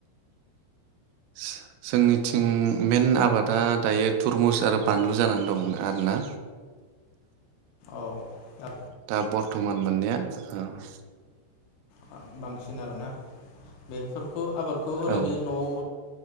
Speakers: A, on the right (about 85°); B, on the left (about 75°).
A: जो-जोंनिथिं मेन आबादा दायो थुरमुस आरो बानलु जानानै दं आरोना।
B: औ आ
A: दा बर्तमान मो <unintelligible>
B: अ बांसिन <unintelligible> आरोना बेफोर खौ आबादखौ ओरैनो
A: औ
B: न'आव